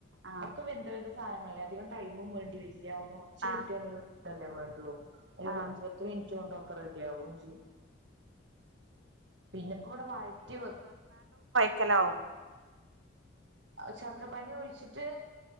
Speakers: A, on the right; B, on the right.
A: ആഹ്
B: ഒക്കെ വെന്ത് വര്ണ സാനങ്ങളല്ലേ അധികം ടൈമും വേണ്ടി വരില്ല ഒന്ന് ഒറച്ച്
A: ആഹ്
B: കിട്ടിയാല്. അല്ലെ വേണ്ടേള്ളൂ ഒരു
A: ആഹ്
B: അഞ്ച് പത്ത് മിൻറ്റോണ്ട് ഒക്ക റെഡി ആവും ചെയ്യും പിന്നെപ്പോ ഇവിടെ വഴറ്റി
A: ഹെലോ
B: അ ചക്കപ്പാനി ഒഴിച്ചിട്ട്